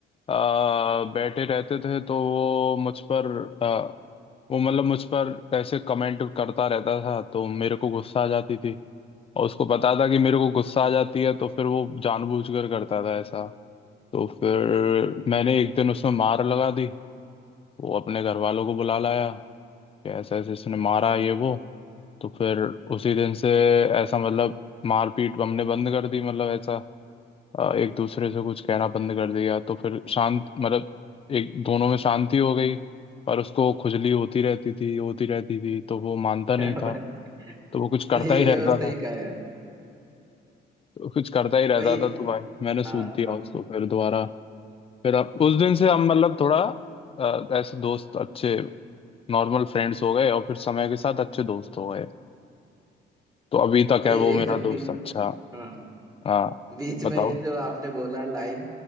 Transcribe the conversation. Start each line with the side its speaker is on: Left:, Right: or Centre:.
Left: आ, बैठे रहते थे तो वो मुझ पर आ, वो मतलब मुझ पर ऐसे कमेंट करता रहता था तो मेरे को गुस्सा आ जाती थी और उसको पता था कि मेरे को गुस्सा आ जाती है तो फिर वो जानबूझकर करता था ऐसा तो फिर मैंने एक दिन उसमें मार लगा दी वो अपने घर वालों को बुला लाया कि ऐसा ऐसे इसने मारा है ये वो तो फिर उसी दिन से ऐसा मतलब मारपीट हमने बंद कर दी मतलब ऐसा अ, एक दूसरे से कुछ कहना बंद कर दिया तो फिर शांत मतलब एक दोनों में शांति हो गई पर उसको खुजली होती रहती थी होती रहती थी तो वो मानता नहीं
Right: क्या
Left: था
Right: बात-
Left: तो वो कुछ करता
Right: वही
Left: ही
Right: ये
Left: रहता
Right: बस सही
Left: था
Right: कहा यार
Left: तो कुछ करता ही रहता
Right: वही
Left: था तो भाई मैंने सूद
Right: हाँ
Left: दिया
Right: हाँ
Left: उसको फिर दोबारा फिर अब उस दिन से हम मतलब थोड़ा अ, ऐसे दोस्त अच्छे नॉर्मल फ्रेंड्स हो गए और फिर समय के साथ अच्छे दोस्त हो गए तो अभी तक
Right: वही
Left: है वो
Right: ये
Left: मेरा
Right: जो बीच
Left: दोस्त अच्छा
Right: हाँ हाँ।
Left: हाँ
Right: बीच
Left: बताओ
Right: में ये जो आपने बोला लाइन